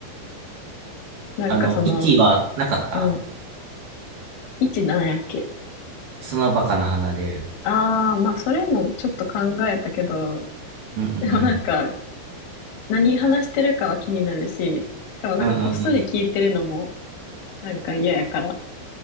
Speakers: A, on the left (about 90°); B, on the right (about 60°).
A: なんかその、
B: あの、1はなかった
A: うん。位置なんやっけ
B: その場から離れる。
A: ああー、まあそれもちょっと考えたけど、
B: うんうんうん。
A: でもなんか、何話してるかは気になるし、しかもなんかこっそり聞いてるのも
B: うんうんうん。
A: なんか嫌やから、